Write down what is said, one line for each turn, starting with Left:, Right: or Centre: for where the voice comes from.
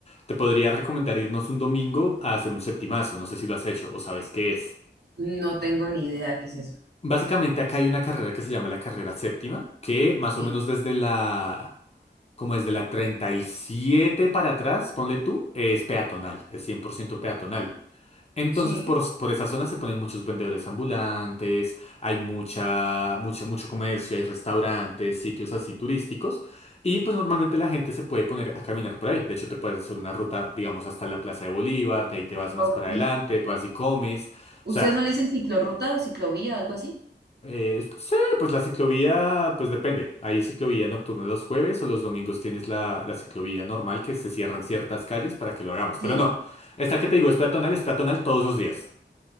Left: te podría recomendar irnos un domingo a hacer un septimazo, no sé si lo has hecho o sabes qué es.
Right: No tengo ni idea qué es eso.
Left: Básicamente acá hay una carrera que se llama la carrera séptima, que más
Right: Sí.
Left: o menos desde la... como desde la 37 para atrás, ponle tú, es peatonal, es 100% peatonal. Entonces,
Right: Sí,
Left: por, por esa zona se ponen muchos vendedores ambulantes, hay mucha, mucho, mucho comercio, hay restaurantes, sitios así turísticos. Y pues normalmente la gente se puede poner a caminar por ahí. De hecho, te puedes hacer una ruta, digamos, hasta la Plaza de Bolívar, de ahí te vas más
Right: ok.
Left: para adelante, vas y comes.
Right: ¿Ustedes
Left: O sea,
Right: no le dicen ciclorruta o ciclovía, algo así?
Left: eh, sí, pues la ciclovía, pues depende. Hay ciclovía nocturna los jueves o los domingos tienes la, la ciclovía normal que se cierran ciertas calles para que lo hagamos.
Right: Sí,
Left: Pero no, esta que te digo es peatonal, es peatonal todos los días.